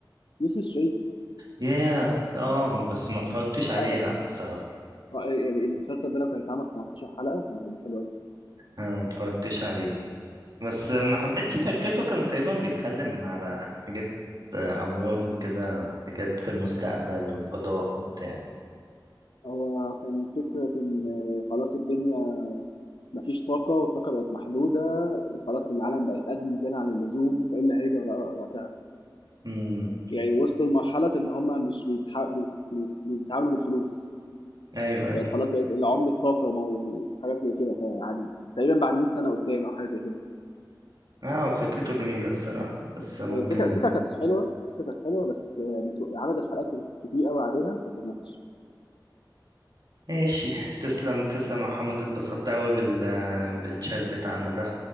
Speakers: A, on the left; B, on the right.
A: يوسف الشريف
B: يا اه بس ما اتفرجتش عليه
A: اه
B: لا الصراحة
A: آه، يعني المسلسل ده لو كان اتعمل 15 حلقة كان هيبقى حلو قوي
B: أنا ما اتفرجتش عليه بس ما حبيتش فكرته كان تقريبا بيتكلم على حاجات آه، أمراض وكده حاجات في المستقبل وفضاء وبتاع
A: هو كان فكرة إن خلاص الدنيا مفيش طاقة والطاقة بقت محدودة وخلاص العالم بقت أدمن زيادة عن اللزوم فإيه اللي هيجرى بقى وقتها؟
B: امم
A: يعني وصلوا لمرحلة إن هما مش بيتح... بي- بي- بيتعاملوا بالفلوس
B: <laughs> ايوه
A: بقت
B: أيوة.
A: خلاص بقت عملة طاقة وحاجات زي كده فعادي تقريبا بعد 100 سنة قدام أو حاجة زي كده
B: اه فكرته جميلة الصراحة بس ممكن
A: الفكرة الفكرة كانت حلوة الفكرة كانت حلوة بس متو- عدد الحلقات كان كتير قوي عليها فكان وحش
B: ماشي تسلم تسلم يا محمد اتبسطت أوي بال بالشات بتاعنا ده